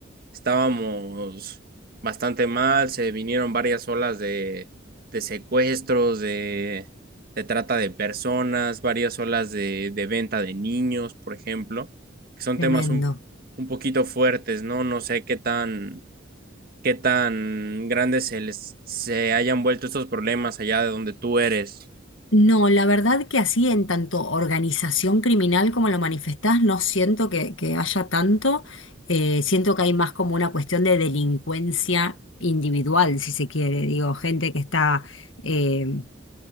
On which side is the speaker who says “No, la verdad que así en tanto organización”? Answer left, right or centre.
Left